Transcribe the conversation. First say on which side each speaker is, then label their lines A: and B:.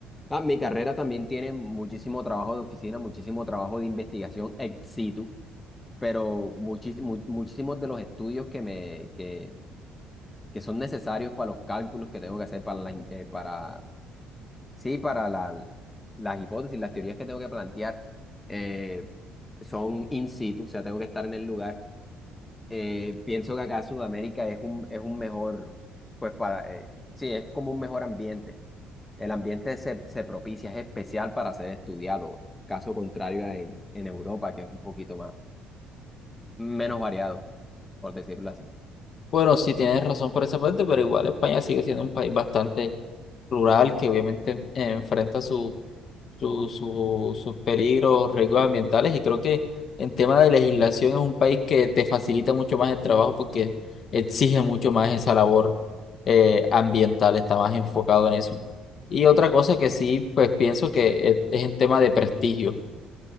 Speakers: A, on the left; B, on the left.
A: Ah, mi carrera también tiene muchísimo trabajo de oficina, muchísimo trabajo de investigación ex situ, pero muchis- mu- muchísimos de los estudios que, me, que, que son necesarios para los cálculos que tengo que hacer, para, la in- eh, para, sí, para la- las hipótesis, las teorías que tengo que plantear, eh, son in situ, o sea, tengo que estar en el lugar eh, pienso que acá Sudamérica es un, es un mejor, pues para, eh, sí, es como un mejor ambiente. El ambiente se, se propicia, es especial para ser estudiado, caso contrario a en, en Europa, que es un poquito más, menos variado, por decirlo así.
B: Bueno, sí tienes razón por esa parte, pero igual España sigue siendo un país bastante rural que obviamente eh, enfrenta su, su- su- sus peligros, riesgos ambientales y creo que en tema de legislación es un país que te facilita mucho más el trabajo porque exige mucho más esa labor eh, ambiental, está más enfocado en eso. Y otra cosa que sí, pues pienso que es, es en tema de prestigio.